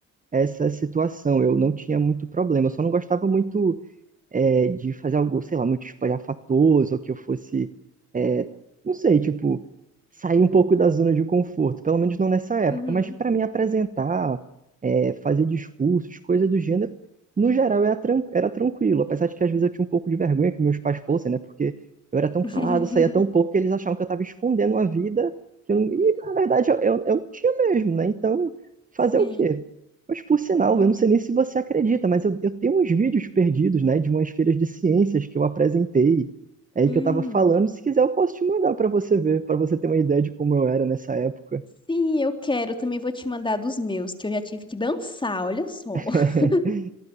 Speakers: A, on the right; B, on the left.
A: essa situação. Eu não tinha muito problema. Eu só não gostava muito é, de fazer algo, sei lá, muito espalhafatoso, ou que eu fosse, é, não sei, tipo, sair um pouco da zona de conforto, pelo menos não nessa época,
B: Uhum.
A: mas para mim apresentar, é, fazer discursos, coisa do gênero, no geral era, tran- era tranquilo, apesar de que às vezes eu tinha um pouco de vergonha que meus pais fossem, né, porque eu era tão
B: <laughs>
A: calado, saía tão pouco que eles achavam que eu estava escondendo a vida, que eu, e na verdade eu, eu, eu não tinha mesmo, né, então fazer
B: Sim.
A: o quê? Mas por sinal,
B: Uhum.
A: eu não sei nem se você acredita, mas eu, eu tenho uns vídeos perdidos, né, de umas feiras de ciências que eu apresentei, aí
B: Hum.
A: que eu estava falando. Se quiser, eu posso te mandar para você ver, para você ter uma ideia de como eu era nessa época.
B: Sim, eu quero. Também vou te mandar dos meus, que eu já tive que dançar, olha só.
A: <laughs>
B: <laughs>